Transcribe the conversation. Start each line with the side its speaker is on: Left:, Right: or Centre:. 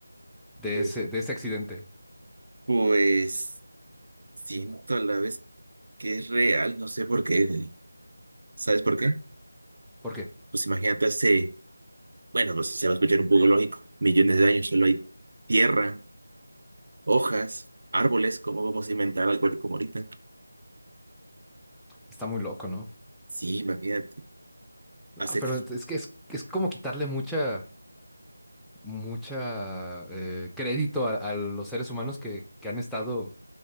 Centre: de
Right: Pues,
Centre: ese, de ese accidente.
Right: pues siento a la vez que es real, no sé por qué. ¿Sabes por qué?
Centre: ¿Por qué?
Right: Pues imagínate hace Bueno, pues se va a escuchar un poco lógico. Millones de años solo hay tierra, hojas, árboles. ¿Cómo vamos a inventar algo como ahorita?
Centre: Está muy loco, ¿no?
Right: Sí, imagínate. Hacer
Centre: Ah, pero es que es, es como quitarle mucha mucha eh, crédito a, a los seres humanos que, que han estado